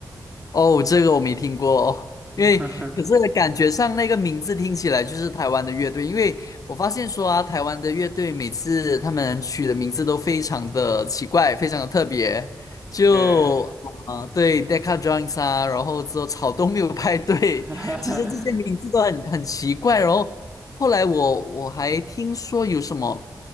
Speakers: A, on the left (about 55°); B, on the right (about 15°).
A: 哦，这个我没听过哦，
B: <laughs>
A: 因为可是感觉上那个名字听起来就是台湾的乐队，因为我发现说啊，台湾的乐队每次他们取的名字都非常的奇怪，非常的特别，就啊、
B: 对，
A: 呃对，Deca Joins 啊，然后之后草东没有派对，
B: <laughs>
A: <laughs> 其实这些名字都很很奇怪，然后后来我我还听说有什么，